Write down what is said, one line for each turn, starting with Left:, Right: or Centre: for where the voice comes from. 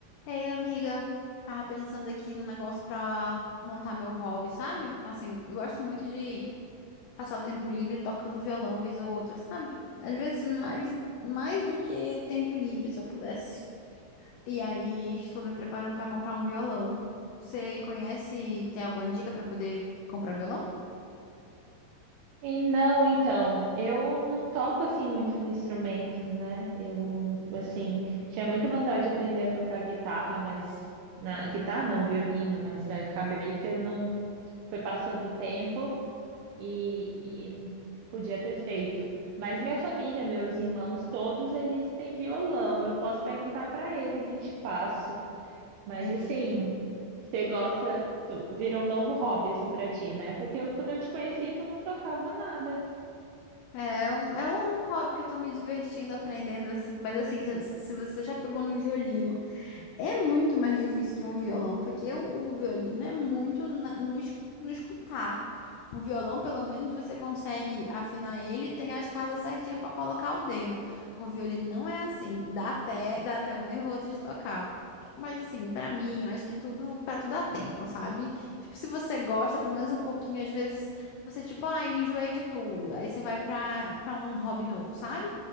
Left: Ei, amiga, tava pensando aqui no negócio pra montar meu hobby, sabe? Assim, eu gosto muito de passar o tempo livre tocando violão vez ou outra, sabe? Às vezes mais, mais do que tempo livre, se eu pudesse. E aí, estou me preparando pra comprar um violão. Você conhece, tem alguma dica pra poder comprar violão?
Right: E não, então, eu não toco assim muitos instrumentos, né? Eu assim, tinha muita vontade de aprender a tocar guitarra, mas na guitarra não, violino, mas eh, acabei que eu não foi passando o tempo e, e podia ter feito. Mas minha família, meus irmãos, todos eles têm violão. Eu posso perguntar para eles e te passo. Mas
Left: É,
Right: assim, você gosta, tu, virou um novo hobby assim para ti, né? Porque eu- quando eu te conheci, tu não tocava nada.
Left: é um, é um hobby que eu tô me divertindo aprendendo, assim, mas assim, se, se você já pegou no violino. É muito mais difícil que um violão, porque o, o violino é muito na- no, es- no escutar. No violão, pelo menos, você consegue afinar ele e tem as casas certinhas para colocar o dedo. O violino não é assim. Dá até, dá até um nervoso de tocar. Mas, assim, para mim, eu acho que tudo, para tudo há tempo, sabe? Tipo, se você gosta, pelo menos um pouquinho, às vezes, você, tipo, ai, enjoei de tudo. Aí você vai para para um hobby novo, sabe?